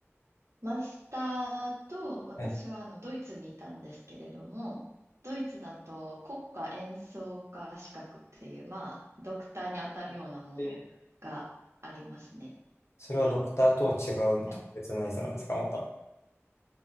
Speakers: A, on the right; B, on the left.
A: マスターと、私はあの、
B: はい
A: ドイツにいたんですけれども、ドイツだと国家演奏家資格っていう、まあ、ドクターに当たるようなものがありますね。
B: でそれはドクターとは違う特別なやつなんですかまた。
A: はい